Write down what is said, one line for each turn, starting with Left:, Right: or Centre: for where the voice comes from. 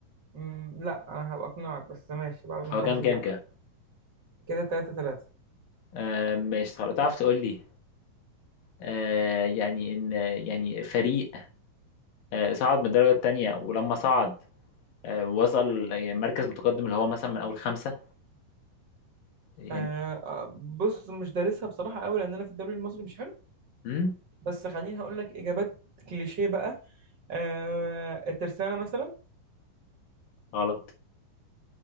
Right: أمم، لا أنا هبقى أقنعك بس ماشي بعد ما
Left: هو
Right: نخلص
Left: كام
Right: اللعب
Left: كام كام
Right: كده تلاتة تلاتة
Left: آه ماشي خلاص تعرف تقول لي آه يعني ان يعني فريق آه صعد من الدرجة التانية ولما صعد آه وصل يعني مركز متقدم اللي هو مثلا من اول خمسة يعني
Right: آه آه، بص مش دارسها بصراحة قوي لأن أنا في الدوري المصري مش
Left: مم؟
Right: بس خليني هقول لك اجابات كليشيه بقى آه الترسانه مثلا
Left: غلط